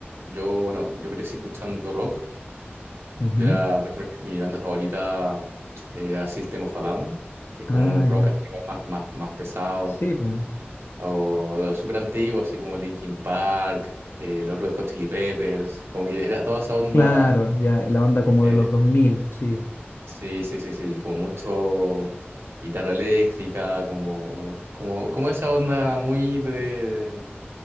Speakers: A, on the right; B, on the left.
A: yo, bueno, yo crecí escuchando rock.
B: Ujú.
A: Era, por ejemplo, mi, mi banda favorita eh, era System of a Down, que es
B: Ah,
A: como un rock
B: ya.
A: así, igual más, más, más pesado.
B: Sí, pues,
A: O súper antiguo, así como Linkin Park, eh, los Red Hot Chili Peppers, como que era toda esa onda.
B: claro, ya la onda como
A: eh,
B: de los dos mil sí.
A: sí, sí, sí, sí, como mucho guitarra eléctrica, como, como, como esa onda muy de.